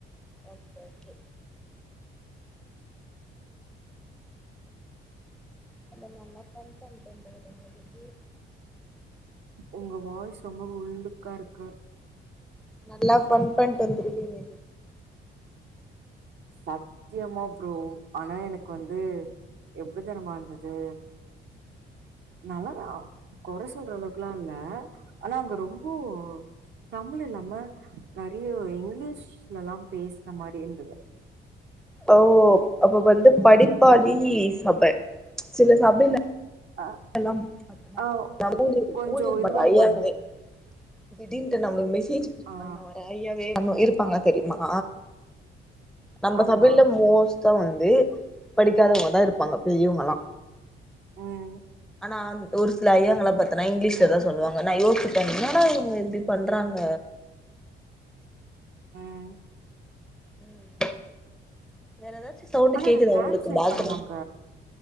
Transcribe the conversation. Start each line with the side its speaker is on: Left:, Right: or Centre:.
Centre: ஓகே ஓகே அங்க நல்லா ஃபண் பண்ட்டு வந்துருக்கீங்க இன்னக்கி
Right: ஒங்க வாய்ஸ்ஸு ரொம்ப உள்ளுக்காருக்கு
Centre: நல்லா ஃபண் பண்ட்டு வந்துருக்கீங்க
Right: சத்தியமா ப்ரோ ஆனா எனக்கு வந்து எப்ப தெரிமா வந்தது நல்லதா கொற சொல்ற அளவுக்லால்ல ஆனா அங்க ரொம்போ தமிழ் இல்லாம நெறைய இங்கிலீஷ்லல்லா பேசுன மாரிருந்தது
Centre: ஓ அப்ப வந்து படிப்பாளி சப சில சபைல
Right: அ
Centre: <inaudible>
Right: ஆ கொஞ்சோ
Centre: ஊழியம்
Right: இதுவா
Centre: பன்ற
Right: இருப்பாங்க
Centre: ஐயாங்களே திடீர்ன்ட்டு நம்முளுக்கு மெசேஜ்
Right: ஆ
Centre: பண்ண வரா ஐயாவே இருப்பாங்க தெரியுமா நம்ப
Right: ஆமா
Centre: சபைல மோஸ்ட்டா வந்து படிக்காதவங்கதா இருப்பாங்க பெரியவங்கலா
Right: ம்
Centre: நா ஒரு சில ஐயாங்கள பாத்தேனா இங்க்லீஷ்லதா சொல்லுவாங்க நா யோசிப்பே என்னடா இவுங்க இப்பிடி பண்றாங்க
Right: ம்
Centre: ம் வேற எதாச்சூ சவுண்டு
Right: ஆனா
Centre: கேக்குதா
Right: அது டிரான்ஸ்லேட்
Centre: உங்குளுக் பாத்ரூம்
Right: பண்ணுவாங்க